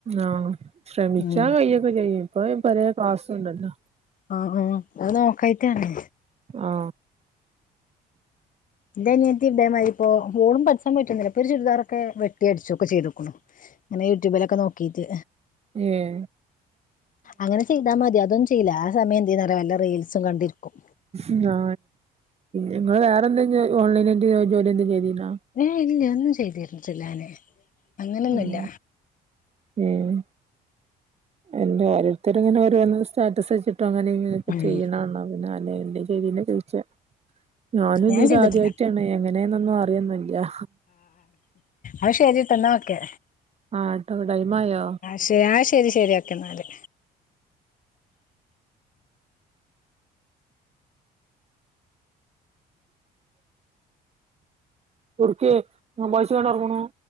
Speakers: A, on the right; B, on the left.
A: ആഹ ശ്രമിച്ചാ
B: ഉം
A: കയ്യൊക്കെ ചെയ്യും ഇപ്പൊ പയ കാസുണ്ടല്ലോ
B: ആ ആ അത് നോക്കായിട്ടണേ
A: ആഹ
B: എൻ്റെ അനത്ത് ഇവിടേ മാതിരി ഇപ്പോ വോടും പഠസാൻ പറ്റുന്നില്ല ഇപ്പൊ ചുരിദാറൊക്കെ വെട്ടി അടിച്ചുക്കെ ചെയ്തുക്കുണു അങ്ങനെ യൂട്യൂബിലൊക്കെ നോക്കീട്ട്
A: ഏഹ്
B: അങ്ങനെ ചെയ്താ മതി അതൊ ശയില്ല ആ സമയം എന്ത ചെയ്യാ പറ വല്ല റീൽസും കണ്ടിരിക്കും
A: ഉ ആ നിങ്ങള് വേറെന്ത ഓൺലൈനായിട്ട് ജോലി എന്തും ചെയ്തില്ല
B: ഞാൻ ഇല്ല ഒന്നും ചെയ്തിരുന്നട്ടില്ലഞാന് അങ്ങനൊന്നുല്ല
A: ഉം <inaudible> എന്റെ ഓരോരുത്തർ ഇന ഓരോ സ്റ്റാറ്റസ് വെച്ചിട്ടും അങ്ങനെ ഇങ്ങനൊക്കെ
B: ഉം
A: ചെയ്യണണോ പിന്നെ അന <unintelligible> ചോദിച്ച ഞാനും
B: ഞാൻ
A: ഇതിൽ
B: ചെയ്തിട്ടില്ല
A: ആദ്യായിട്ടാണ് എങ്ങനെയന്നൊന്നും അറിയൻ പറ്റില്ല
B: അ ശരിട്ട എന്നാ ഒക്കെ
A: ആ ട്ടോ ടൈമായോ
B: ക്ഷെ ആ ശരി ശരിയാക്കെ എന്നാല്
A: ഒക്കെ വയസ കട്ടക്കണും